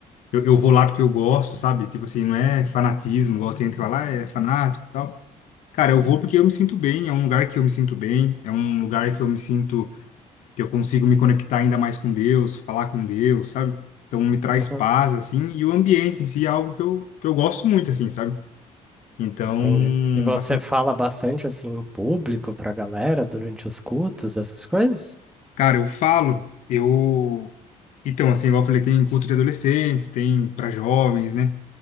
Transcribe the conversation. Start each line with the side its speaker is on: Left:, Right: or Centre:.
Left: Eu, eu vou lá porque eu gosto, sabe? Tipo assim, não é fanatismo, igual tem gente que fala, "Ah, é fanático e tal. Cara, eu vou porque eu me sinto bem, é um lugar que eu me sinto bem, é um lugar que eu me sinto... que eu consigo me conectar ainda mais com Deus, falar com Deus, sabe? Então, me traz
Centre: Aham.
Left: paz, assim, e o ambiente em si é algo que eu, que eu gosto muito, assim, sabe? Então,
Centre: Entendi. E você
Left: assim,
Centre: fala bastante assim em público pra galera durante os cultos, essas coisas?
Left: cara, eu falo, eu. Então, assim, igual eu falei, tem culto de adolescentes, tem para jovens, né?